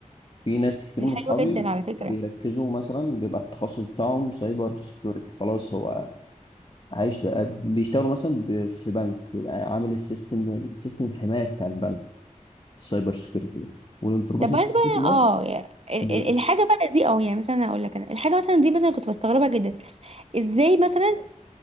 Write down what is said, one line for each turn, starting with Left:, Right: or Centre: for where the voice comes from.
Left: في ناس كتير
Right: دي
Left: من
Right: حلوه
Left: صحابي
Right: جدا على فكره
Left: بيركزوا مثلا بيبقى التخصص بتاعهم سايبر سيكيورتي خلاص هو عايش ده بيشتغلوا مثلا ب- في بنك بيبقى عامل السيستم السيستم الحماية بتاع البنك السايبر سيكيورتي ده والانفورميشن
Right: طب برضه
Left: سيكيورتي
Right: بقى
Left: ده
Right: اه يعني ال-
Left: بي-
Right: ال- الحاجه بقى دي اه يعني مثلا اقول لك انا الحاجه مثلا دي مثلا كنت بستغربها جدا ازاي مثلا